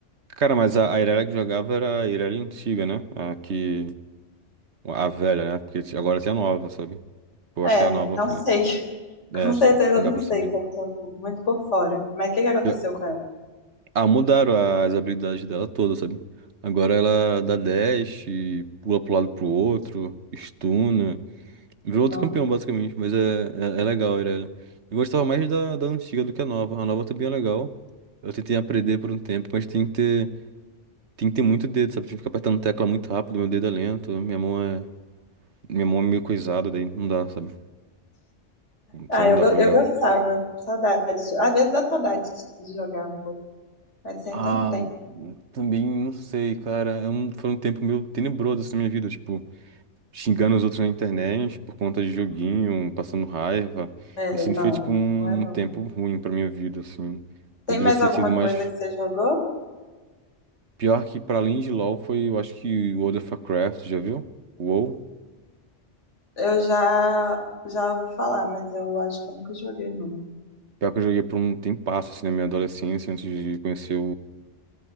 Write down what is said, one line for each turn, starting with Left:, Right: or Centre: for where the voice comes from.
Right: Cara, mas a, a Irelia que jogava era a Irelia antiga, né? A que. A velha, né? Porque ti- agora tem a nova, sabe? Eu acho
Left: É,
Right: que a nova
Left: não
Right: foi.
Left: sei. <laughs>
Right: É,
Left: Com
Right: assim,
Left: certeza
Right: não
Left: eu
Right: dá
Left: não
Right: pra
Left: sei,
Right: saber.
Left: que eu tô muito por fora. Mas o que que aconteceu
Right: Eu-
Left: com ela?
Right: Ah, mudaram as habilidades dela toda, sabe? Agora ela dá dash, pula pro lado pro outro, stuna. Virou
Left: Não.
Right: outro campeão, basicamente. Mas é, é, é legal, a Irelia. Eu gostava mais da, da antiga do que a nova. A nova também é legal. Eu tentei aprender por um tempo, mas tem que ter, tem que ter muito dedo, sabe? Tem que ficar apertando tecla muito rápido, meu dedo é lento, minha mão é. Minha mão é meio coisada, daí não dá, sabe?
Left: Ah,
Right: Só não
Left: eu,
Right: dá
Left: go-
Right: pra
Left: eu
Right: jogar
Left: gostava. Saudade. Às vezes dá saudade de jogar um pouco. Mas sem
Right: Ah,
Left: tanto tempo.
Right: também não sei, cara. É um- foi um tempo meio tenebroso assim, na minha vida, tipo, xingando os outros na internet por conta de joguinho, passando raiva.
Left: É,
Right: Eu sinto
Left: não,
Right: que foi, tipo, um,
Left: não é não.
Right: um tempo ruim pra minha vida, assim. Poderia
Left: Tem mais
Right: ter
Left: alguma
Right: sido mais.
Left: coisa que você jogou?
Right: Pior que, pra além de LoL, foi, eu acho que World of Warcraft, já viu? WoW.
Left: Eu já já ouvi falar, mas eu acho que eu nunca joguei, não.
Right: Pior que eu joguei por um tempasso, assim, na minha adolescência, antes de conhecer